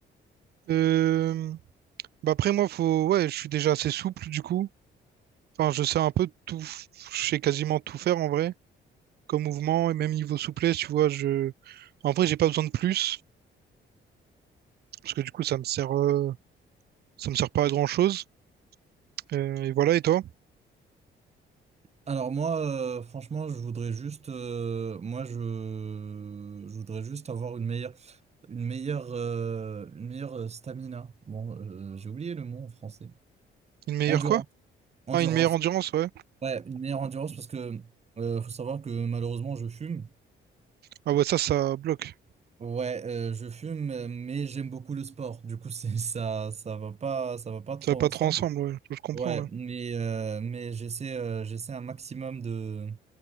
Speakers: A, on the right (about 55°); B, on the right (about 35°).
A: Euh, bah après, moi, faut, ouais, je suis déjà assez souple, du coup. Enfin, je sais un peu tout, f- je sais quasiment tout faire en vrai, comme mouvement et même niveau souplesse, tu vois. Je... En vrai, j'ai pas besoin de plus. Parce que du coup, ça me sert, euh, ça me sert pas à grand chose. Euh, et voilà, et toi?
B: Alors moi, euh, franchement, je voudrais juste, euh, moi, je, je voudrais juste avoir une meilleure, une meilleure, euh, une meilleure stamina. Bon, euh, j'ai oublié le mot en français.
A: Une meilleure
B: Endurance,
A: quoi?
B: endurance.
A: Ah, une meilleure endurance, ouais.
B: Ouais, une meilleure endurance parce que euh, faut savoir que malheureusement je fume.
A: Ah ouais, ça, ça bloque.
B: Ouais, euh, je fume, euh, mais j'aime beaucoup le sport. Du coup, <laughs> c'est ça, ça va pas, ça va pas trop
A: Ça va pas
B: ensemble.
A: trop ensemble, ouais. Je comprends,
B: Ouais,
A: ouais.
B: mais euh, mais j'essaie, euh, j'essaie un maximum de